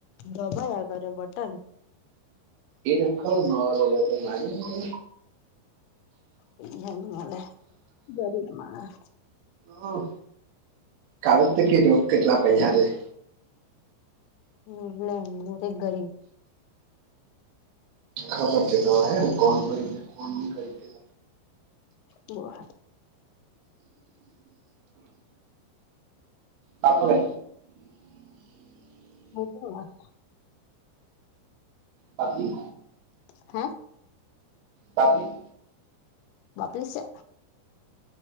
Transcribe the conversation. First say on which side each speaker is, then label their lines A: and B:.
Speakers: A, on the left; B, on the right.
A: દબાયા કરે બટન
B: એ ડૂ કઉ નાવા જતો તો મારી તી તે
A: એ ની મલે ગરીબ માણસ
B: હમ કાલેજ તો કીધું કેટલા પૈહા જોઇએ
A: હમ એટલી નથી ગરીબ
B: ખબર તે તો અહે ને કોણ ગરીબ કોણ ભિખારી
A: તું અહ
B: આપો ને
A: ખોટી વાત
B: પાપડી
A: છે હૈ
B: બાપની
A: બાપરી સે